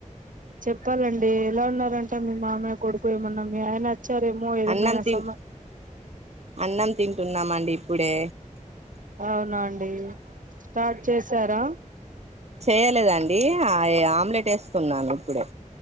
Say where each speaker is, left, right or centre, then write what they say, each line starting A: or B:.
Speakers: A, on the right (about 80°); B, on the right (about 55°).
A: చెప్పాలండి ఎలా ఉన్నారంటే మీ మామయ్య కొడుకు ఏమన్నా మీ ఆయన వచ్చారేమో ఏమైనా
B: అన్నం తిన్
A: సమా
B: అన్నం తింటున్నామండి ఇప్పుడే
A: అవునాండి స్టార్ట్ చేశారా
B: చేయలేదాండి ఆమ్లెట్ వేస్తున్నాను ఇప్పుడే